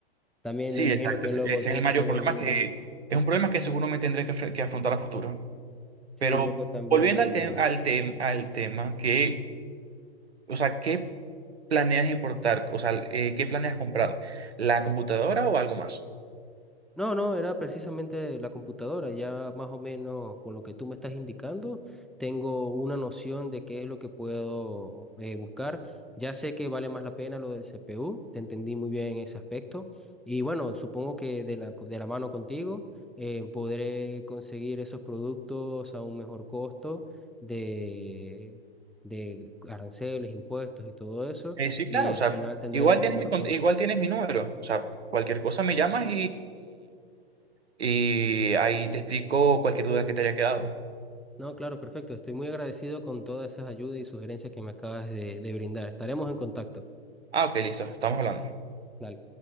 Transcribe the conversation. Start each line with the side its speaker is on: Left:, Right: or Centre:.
Centre: También
Right: Sí,
Centre: me imagino
Right: exacto.
Centre: que
Right: Ese
Centre: luego
Right: es
Centre: tiene
Right: el mayor
Centre: que
Right: problema
Centre: venir,
Right: que es un problema que seguro me tendré que, afre- que afrontar a futuro.
Centre: sí,
Right: Pero
Centre: luego también
Right: volviendo al tema, al tem- al tema que, o sea, ¿qué planeas importar? O sea, eh, ¿qué planeas comprar? ¿La computadora o algo más?
Centre: No, no, era precisamente la computadora. Ya más o menos con lo que tú me estás indicando, tengo una noción de qué es lo que puedo eh, buscar. Ya sé que vale más la pena lo del CPU, te entendí muy bien en ese aspecto. Y bueno, supongo que de la, co- de la mano contigo eh, podré conseguir esos productos a un mejor costo de, de aranceles, impuestos y todo eso.
Right: Eh, sí,
Centre: Y
Right: claro,
Centre: al
Right: o sea,
Centre: final tendremos
Right: igual tienes
Centre: un mejor
Right: mi, con-
Centre: producto.
Right: igual tienes mi número. O sea, cualquier cosa me llamas y ahí te explico cualquier duda que te haya quedado.
Centre: No, claro, perfecto. Estoy muy agradecido con todas esas ayudas y sugerencias que me acabas de, de brindar. Estaremos en contacto.
Right: Ah, ok, listo, estamos hablando.
Centre: Dale.